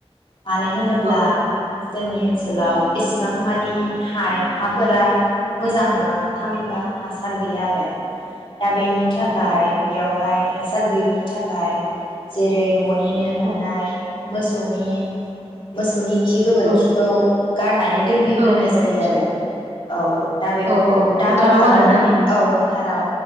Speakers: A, on the left (about 50°); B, on the right (about 75°).
A: मानो होनोब्ला।
B: औ
A: जोंनि ओनसोलाव इसिबां मानि हा-हाफोरा। मोजां नङा थामहिनबा हासार गैया आरो। दा बेनि थाखाय
B: औ औ
A: बेयाव हाय। हासार गैयिनि थाखाय जेरै ननिनो मोननाय
B: औ
A: मोसौनि मोसौनि। खि गोबोरखिखौ।
B: औ
A: गारनानै। दोनहैग्रोनाय
B: औ गोबोरखि
A: जायो आरो औ। दा बेखौ
B: औ औ
A: दामोल
B: फोथाराव
A: खालामनानै
B: आरोना
A: औ फोथाराव